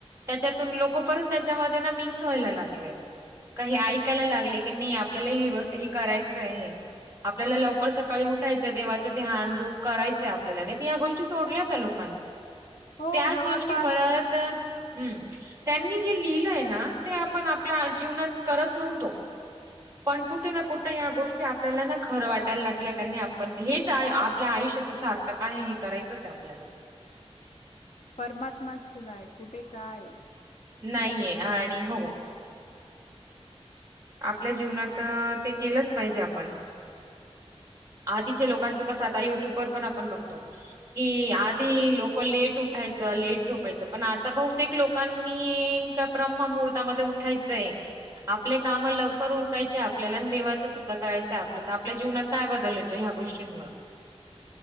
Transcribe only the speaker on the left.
हो
जवळपास
परमात्माशिवाय कुठे काय